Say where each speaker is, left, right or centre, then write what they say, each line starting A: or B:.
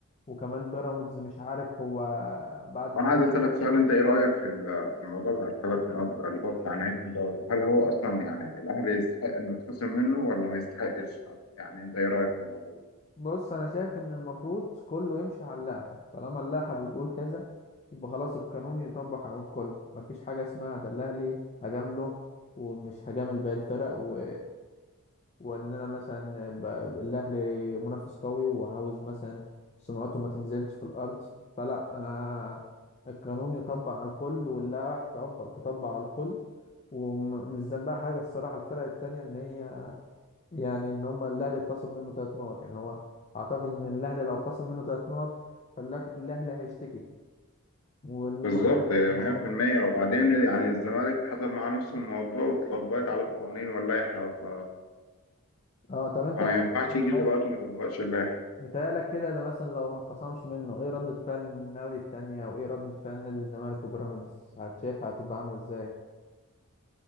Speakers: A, on the left (about 30°); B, on the left (about 75°).
A: وكمان بيراميدز مش عارف هو بعد
B: وانا
A: ما الاهلي
B: عايز اسالك سؤال انت ايه رايك في ال- في الموضوع بتاع الثلاث نقاط ده اللي هو بتاع نهايه الدوري هل هو اصلا يعني الاهلي يستحق انه يتخصم منه ولا ما يستحقش؟ يعني انت ايه رايك في الموضوع؟
A: بص انا شايف ان المفروض كله يمشي على اللائحه طالما اللائحه بتقول كذا يبقى خلاص القانون يطبق على الكل مفيش حاجه اسمها ده الاهلي هجامله ومش هجامل باقي الفرق و... وان انا مثلا ب... الاهلي منافس قوي وعاوز مثلا سمعته ما تنزلش في الارض فلا انا القانون يطبق على الكل واللائحه تطبق تطبق على الكل ومش ذنبها حاجه الصراحه الفرق التانية ان هي يعني ان هم الاهلي اتخصم منه ثلاث نقط يعني هو اعتقد ان الاهلي لو اتخصم منه ثلاث نقط فالاهلي هيشتكي ولما
B: بالظبط
A: هت...
B: 100%
A: ما هت...
B: وبعدين يعني الزمالك حصل معاه نفس الموضوع واتطبقت عليه القوانين واللائحه ف...
A: اه طب انت
B: فما ينفعش
A: متهيأ-
B: يجي دلوقتي ما يطبقش اللائحه
A: متهيألك كده اللي مثلا لو ما اتخصمش منه ايه ردة فعل النادي التانية وايه ردة فعل نادي الزمالك وبيراميدز هتشافها هتبقى عاملة ازاي